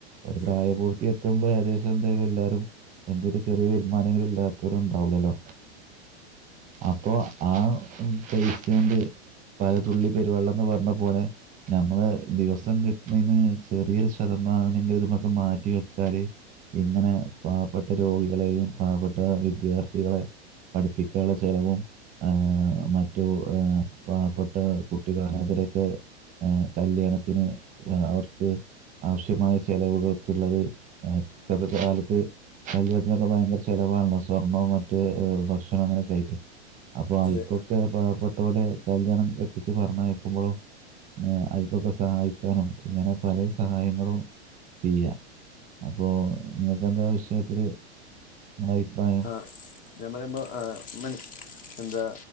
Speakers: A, on the right (about 25°); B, on the left (about 25°).
A: ഒരു
B: അതെ
A: പ്രായപൂർത്തി എത്തുമ്പോ ഏകദേശം എന്തായാലും എല്ലാരും എന്തൊരു ചെറിയ വരുമാനങ്ങളും ഇല്ലാത്തവരു ഉണ്ടാവൂലല്ലോ അപ്പൊ ആ പൈസോണ്ട് പലതുള്ളി പെരുവെള്ളംന്ന് പർഞ്ഞ പോലെ ഞമ്മള് ദിവസം കിട്ട്ണേന്ന് ചെറിയൊരു ശതമാനെങ്കില് ഇത് മെക്ക്‌ മാറ്റി വെച്ചാല് ഇങ്ങനെ പാവപ്പെട്ട രോഗികളെയും പാവപ്പെട്ട വിദ്യാർത്ഥികളെ പഠിപ്പിക്കാള്ള ചെലവും ഏ മറ്റു ഏ പാവപ്പെട്ട കുട്ടികൾ അനാഥരെയൊക്കെ ഏ കല്യാണത്തിന് വ അവക്ക് ആവശ്യമായ ചെലവുകൾക്ക് ഇള്ളത് ആ ഇപ്പത്തെ കാലത്ത് കല്യാണത്തിനൊക്കെ ഭയങ്കര ചെല വേണല്ലോ സ്വർണ്ണോ മറ്റു ഭക്ഷണം അങ്ങനെയൊക്കെ ആയിട്ടേ. അപ്പൊ
B: അതെ
A: ഐക്കൊക്കെ പാവപ്പെട്ടോല് കല്ല്യാണം എത്തിച്ച് പറഞ്ഞയക്കുമ്പോഴോ. എന്നാ ഐക്കൊക്കെ സഹായിക്കാനും ഇങ്ങനെ പല സഹായങ്ങളും ചെയ്യാ. അപ്പോ നിങ്ങക്കെന്താ വിഷയത്തില് നിങ്ങളുടെ അഭിപ്രായം
B: ആഹ് ഞാൻ പറയുമ്പോ ആഹ് ഉമ്മനി എന്താ